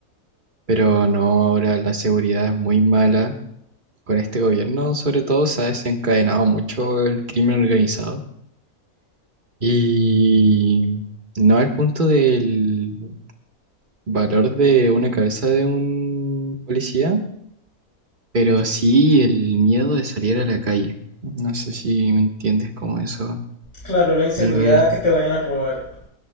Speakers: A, on the right (about 35°); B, on the left (about 30°).
A: pero no, ahora la seguridad es muy mala. Con este gobierno, sobre todo, se ha desencadenado mucho el crimen organizado. Y no al punto del valor de una cabeza de un policía, pero sí el miedo de salir a la calle. No sé si me entiendes como eso.
B: Claro, la inseguridad
A: de ¿Verdad?
B: que te vayan a robar.